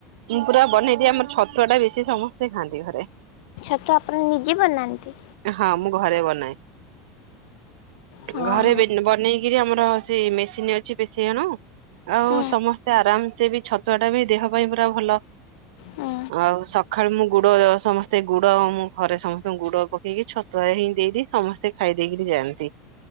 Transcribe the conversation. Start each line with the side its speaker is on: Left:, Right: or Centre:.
Right: ପୁରା ବନେଇଦିଏ ଆମର ଛତୁଆ ଟା ବେଶି ସମସ୍ତେ ଖାଆନ୍ତି ଘରେ।
Left: ଛତୁ ଆପଣ ନିଜେ ବନାନ୍ତି?
Right: ହଁ ମୁଁ ଘରେ ବନାଏ।
Left: ହଁ
Right: ଘରେ
Left: ହଁ
Right: ବନେଇକି ରି ଆମର ସେ ମେସିନ୍ ଅଛି ପେ ସେ ଜଣ ଆଉ
Left: ହୁଁ
Right: ସମସ୍ତେ ଆରାମସେ ବି ଛତୁଆ ଟା ବି ଦେହ ପାଇଁ ପୁରା ଭଲ
Left: ହୁଁ
Right: ଆଉ ସକାଳୁ ମୁଁ ଗୁଡ ସମସ୍ତେ ଗୁଡ ଆଉ ମୁଁ ଘରେ ସମସ୍ତଙ୍କୁ ଗୁଡ ପକେଇକି ଛତୁଆ ହିଁ ଦେଇଦିଏ ସମସ୍ତେ ଖାଇ ଦେଇେଇକରି ଯାଆନ୍ତି